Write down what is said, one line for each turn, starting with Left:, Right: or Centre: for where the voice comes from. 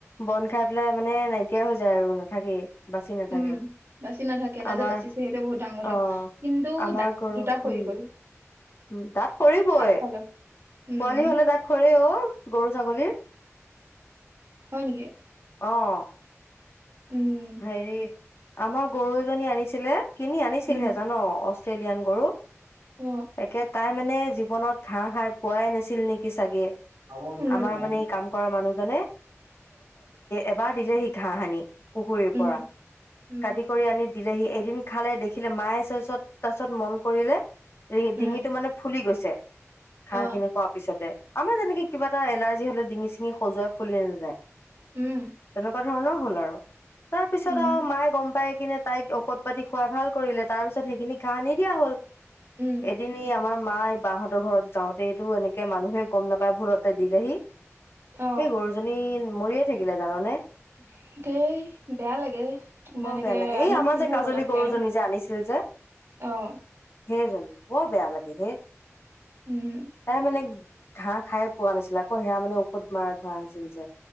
Left: বন খাই পেলাই মানে নাইকিয়া হৈ যায় আৰু নাথাকেই। বাচি নাথাকে
Right: উম বাচি নাথাকে এটা
Left: আমাৰ
Right: যে বাচিছে সেইটো বহুত ডাঙৰ কথা
Left: অ
Right: কিন্তু
Left: আমাৰ
Right: দ
Left: গৰু
Right: দুটা হৈ
Left: উম
Right: গ'ল
Left: উম দাঁত সৰিবই
Right: আগফালৰ উম
Left: পোৱালি হলে দাঁত অ' গৰু ছাগলীৰ
Right: হয় নেকি?
Left: অ'
Right: উম
Left: হৰে আমাৰ গৰু এজনী আনিছিলে। কিনি আনিছিলহে
Right: উম
Left: জান অ' অষ্ট্ৰেলিয়ান গৰু,
Right: অ
Left: একে তাই মানে জীৱনত ঘাঁহ খাই পোৱাই নাছিল নেকি চাগে,
Right: উম উম
Left: আমাৰ মানে এই কাম কৰা মানুহজনে এবাৰ দিলে হি ঘাহ আনি পুখুৰীৰ
Right: উম
Left: পৰা
Right: উম
Left: কাটি কৰি আনি দিলেহি এদিন খালে দেখিলে মায়ে চাইছে পিছত মন কৰিলে
Right: উম
Left: ডিঙিটো মানে ফুলি গৈছে ঘাঁহ
Right: অ
Left: খিনি খোৱাৰ পিছতে আমাৰ তেনেকি কিবা এটা এলাৰ্জি। আজি হলে ডিঙি চিঙি খজুৱাই ফুলি নাযায়।
Right: উম
Left: তেনেকুৱা ধৰণৰ হ'ল আৰু, তাৰ পিছত
Right: উম
Left: আৰু মায়ে গম পাই কিনে। তাইক ঔষধ পাতি খুৱাই ভাল কৰিলে তাৰ পিছত সেইখিনি ঘাঁ নিদিয়া হ'ল।
Right: উম
Left: এদিন ই আমাৰ মায় বাহঁতৰ ঘৰত যাওঁতেটো এনেকে মানুহে গম নাপায় ভুলতে দিলেহি,
Right: অ
Left: এই গৰুজনী মৰিয়ে থাকিলে জাননে।
Right: উ <unintelligible> দেই বেয়া লাগে মানেকে
Left: বৰ বেয়া লাগে এই
Right: আনিছিলহে
Left: আমাৰ যে কাজলী
Right: পতককে
Left: গৰুজনী যে আনিছিল যে
Right: আহ।
Left: সেইজনী। বৰ বেয়া লাগে হে
Right: উম
Left: তাই মানে, ঘাঁ খাই পোৱা নাছিলে আকৌ সেয়া মানে, ফুত মাৰা ঘাহ আছিল যে,